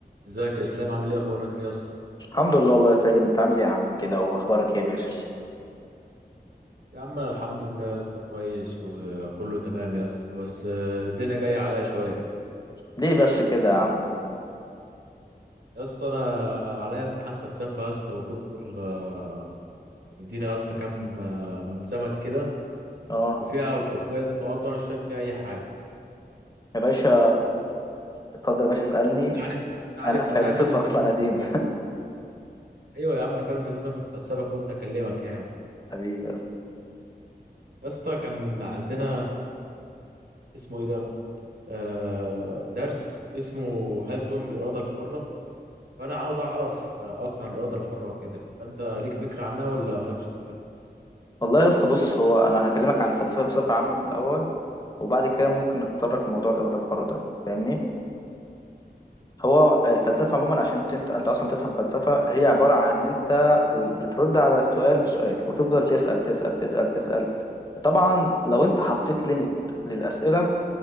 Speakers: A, on the right (about 75°); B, on the left (about 25°).
A: ازيك يا اسلام عامل ايه اخبارك ايه يا اسطى
B: الحمد لله والله يا ساجد انت عامل ايه يا عم كده واخبارك ايه يا باشا
A: يا عم انا الحمد لله يا اسطى كويس وكله تمام يا اسطى بس آه، الدنيا جايه عليا شويه
B: ليه بس كده يا عم
A: يا اسطى انا عليا امتحان فلسفه يا اسطى والدكتور آه، مدينا يا اسطى كام آه، ملزمه كده
B: اه
A: وفيها شويه نقاط وانا مش فاهم فيها اي حاجه
B: يا باشا اتفضل يا باشا اسالني
A: انا عارف انا
B: انا
A: عارف
B: فيلسوف
A: انا عارف انت بتفهم
B: اصلا قديم
A: في الفلسفه ايوه يا عم انا فاهم انت بتفهم في الفلسفه فقلت اكلمك يعني
B: <laughs> حبيبي بس
A: يا اسطى كان عندنا اسمه ايه ده آه درس اسمه هل تؤمن بالاراده الحره فانا عاوز اعرف آه، اكتر عن الاراده الحره وكده فانت ليك فكره عنها ولا مالكش فكره
B: والله يا اسطى بص هو انا هكلمك عن الفلسفه بصفه عامه في الاول وبعد كده ممكن نتطرق لموضوع الاراده الحره ده فاهمني هو الفلسفه عموما عشان انت انت اصلا تفهم فلسفه هي عباره عن ان انت ب- بترد على السؤال بسؤال وتفضل تسال تسال تسال تسال طبعا لو انت حطيت ليميت للاسئله